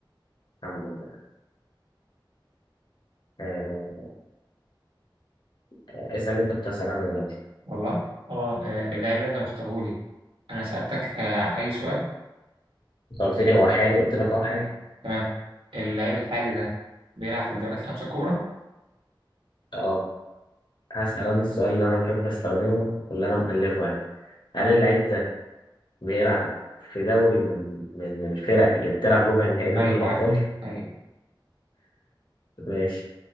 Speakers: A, on the left; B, on the right.
A: الحمد لله آه، اسأل أنت كنت هسأل أنا دلوقتي
B: والله اه آه، اللاعب اللي انت مختارهولي انا سألتك آه، اي سؤال
A: أنت قلت لي هو حالي قلت لك أه حالي
B: تمام اللاعب الحالي ده بيلعب في الدوريات الخمسة الكبرى؟
A: أه هسأل أنا السؤال اللي أنا بحب أستخدمه واللي أنا مألفه يعني هل اللعيب ده بيلعب في دوري من من من الفرق اللي بتلعب ربع النهائي دوري
B: ايوه
A: الأبطال؟
B: ايوه ايوه
A: <laughs> ماشي